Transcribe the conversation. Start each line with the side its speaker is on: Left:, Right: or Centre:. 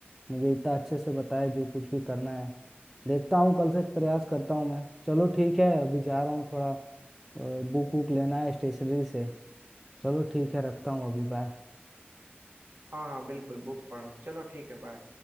Centre: मुझे इतना अच्छे से बताए जो कुछ भी करना है देखता हूँ कल से प्रयास करता हूँ मैं चलो ठीक है अभी जा रहा हूँ थोड़ा बुक वुक लेना है स्टेशनरी से चलो ठीक है रखता हूँ अभी बाय
Right: हाँ हाँ बिल्कुल बुक पढ़ो चलो ठीक है बाय